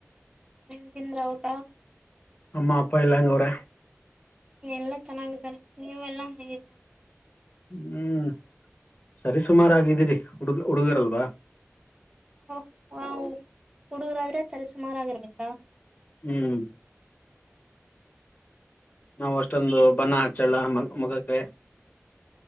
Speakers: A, on the right; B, on the left.
A: ನನ್ ತಿಂದ್ರ ಟಾ
B: ಅಮ್ಮ ಅಪ್ಪ ಎಲ್ಲಾಂಗೂರ
A: ಎಲ್ಲಾ ಚೆನ್ನಾಗಿದ್ದಾರೆ ನೀವೆ ಎಲ್ಲಾ ಹೇಗಿದ್ರ
B: ಹ್ಮ್ ಸರಿ ಸುಮಾರು ಆಗಿದ್ದೀರಿ ಹುಡುಗ ಹುಡುಗಿರಲ್ವಾ
A: ಓ ಹಾ ಹುಡುಗರಾದ್ರೆ ಸರಿ ಸುಮಾರಾಗಿಿರ್ಬೇಕಾ
B: ಹ್ಮ್ ನಾವವು ಅಷ್ಟೊಂದು ಬಣ ಹಚ್ಚೋಳ ಮ ಮಗಕ್ಕೆಾಯ